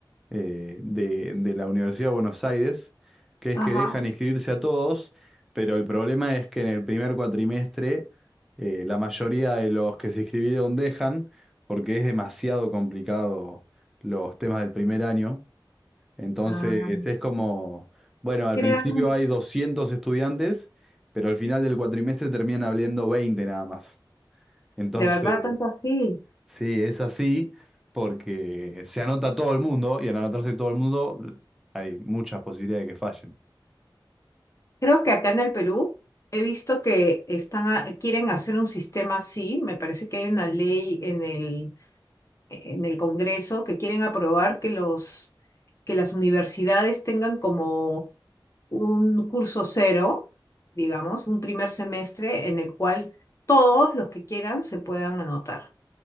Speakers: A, in the centre; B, on the left.
A: eh, de, de la Universidad de Buenos Aires, que es
B: Ajá.
A: que dejan inscribirse a todos, pero el problema es que en el primer cuatrimestre eh, la mayoría de los que se inscribieron dejan, porque es demasiado complicado los temas del primer año. Entonces
B: Ah,
A: es como, bueno, al
B: crean,
A: principio hay 200 estudiantes, pero al final del cuatrimestre terminan habiendo 20 nada más. Entonces...
B: de verdad, tanto así.
A: Sí, es así porque se anota todo el mundo y al anotarse todo el mundo hay muchas posibilidades de que fallen.
B: Creo que acá en el Perú he visto que están, a- quieren hacer un sistema así. Me parece que hay una ley en el, en el Congreso que quieren aprobar que los, que las universidades tengan como un curso cero, digamos, un primer semestre en el cual todos los que quieran se puedan anotar.